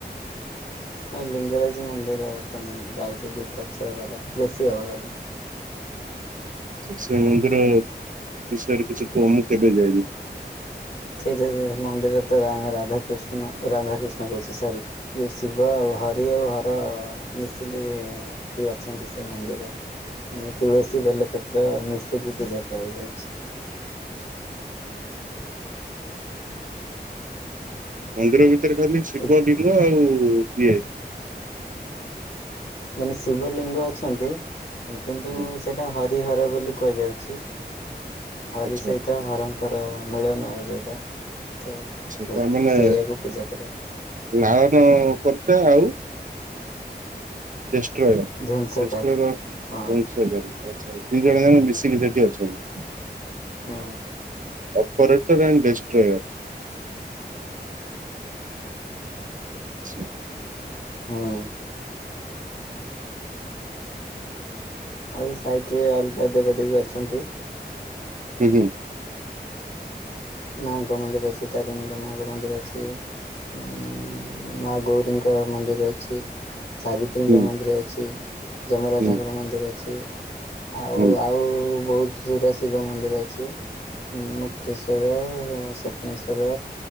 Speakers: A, on the left; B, on the right.
A: ନାଇଁ ଲିଙ୍ଗରାଜ ମନ୍ଦିର ତ ମୁଁ ଯାଇଛି ଦି ଚାରିଥର ଗଲିଣି। ବେଶୀ ହବ ଗଲି
B: ସେଇ ମନ୍ଦିର ବିଷୟରେ କିଛି କୁହ? ମୁଁ କେବେ ଯାଇନି।
A: ସେଇଠାରେ ମନ୍ଦିରରେ ତ ରା ରାଧାକୃଷ୍ଣ ରାଧାକୃଷ୍ଣ କହୁଚି ସରି। ଯୋଉ ଶିବ ଆଉ ହରି ଆଉ ହର ମିଶିଲେ କି ଅଛନ୍ତି ସେ ମନ୍ଦିରରେ ମାନେ ତୁଳସୀ ବେଲପତ୍ର ମିଶିକି ପୂଜା କରାଯାଉଛି।
B: ମନ୍ଦିର ଭିତରେ ଖାଲି ଶିବ
A: ବୁଝି
B: ଲିଙ୍ଗ ଆଉ କିଏ?
A: ମାନେ ଶିବ ଲିଙ୍ଗ ଅଛନ୍ତି କିନ୍ତୁ
B: ହୁଁ,
A: ସେଟା ହରି ହରି ହର ବୋଲି କୁହାଯାଉଛି ହରି
B: ଆଚ୍ଛା
A: ସହିତ ହର ଙ୍କର ମିଳନର ଯୋଉଟା ତ
B: ଆଚ୍ଛା
A: ସେ
B: ତାମାନେ
A: ସେଇଆକୁ ପୂଜା କରା
B: ଲାଳନ କର୍ତ୍ତା ଆଉ ଜେଷ୍ଟ୍ରୟ
A: ଧ୍ୱଂସକାରୀ
B: ଜେଷ୍ଟ୍ରୟର ବଂଶଧାରୀ।
A: ହଁ
B: ଆଚ୍ଛା, ଦି ଜଣ ଯାଙ୍କ ମିଶିକି ସେଇଠି ଅଛନ୍ତି।
A: ହଁ।
B: Operator and destroyer. ଆଚ୍ଛା।
A: ହୁଁ। ଆଉ ସାଇଟରେ ଅଲଗା ଦେବା ଦେବୀ ଅଛନ୍ତି।
B: <unintelligible>
A: ମାଙ୍କ ମନ୍ଦିର ଅଛି, ତାରିଣୀଙ୍କ ମାଆଙ୍କ ମନ୍ଦିର ଅଛି। ଉଁ ମାଁ ଗୌରୀଙ୍କ ମନ୍ଦିର ଅଛି। ସାବିତ୍ରୀଙ୍କ
B: ହୁଁ
A: ମନ୍ଦିର ଅଛି, ଯମରାଜଙ୍କର
B: ହୁଁ
A: ମନ୍ଦିର ଅଛି। ଆଉ
B: ହୁଁ
A: ଆଉ ବହୁତ ଗୁରେ ଶିବ ମନ୍ଦିର ଅଛି, ମୁକ୍ତେଶ ଶ୍ୱର ସ୍ୱପ୍ନେଶ୍ଵର